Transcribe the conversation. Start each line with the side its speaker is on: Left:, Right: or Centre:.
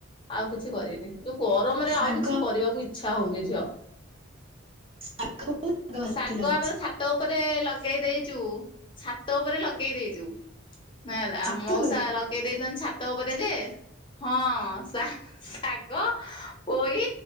Left: ଆଉ କିଛି କରିନି। ଯୋଉ ଗରମରେ
Right: ଶାଗ
Left: ଆଉ କିଛି କରିବାକୁ ଇଚ୍ଛା ହଉନି ଝିଅ।
Right: ଶାଗ କୋଉ ଭାଜିଥିଲ
Left: ଶାଗ
Right: ଆଜି?
Left: ଆମର ଛାତ ଉପରେ ଲଗେଇ ଦେଇଚୁ। ଛାତ ଉପରେ ଲଗେଇ ଦେଇଚୁ। ହେଲା ଆଉ
Right: ଛାତୁରେ
Left: ମଉସା ଲଗ ଗେଇ ଦେଇଚନ୍ ଛାତ ଉପରେ ଯେ ହଁ ଶା-ଶାଗ ପୋଇ